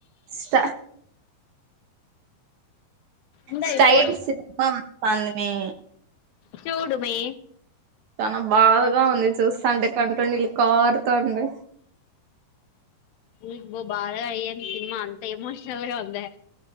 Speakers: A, on the right (about 65°); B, on the left (about 75°).
A: స్ట
B: ఉండది
A: స్టైల్
B: పోనీ
A: సినిమా కావాలనే
B: చూడుమే
A: చాలా బాధగా ఉంది చూస్తా అంటే కంటిలో నీళ్ళు కారుత ఉన్నాయి
B: ఇ బ బాగా అయ్యన్ సినిమా అంత ఎమోషనల్గా ఉంద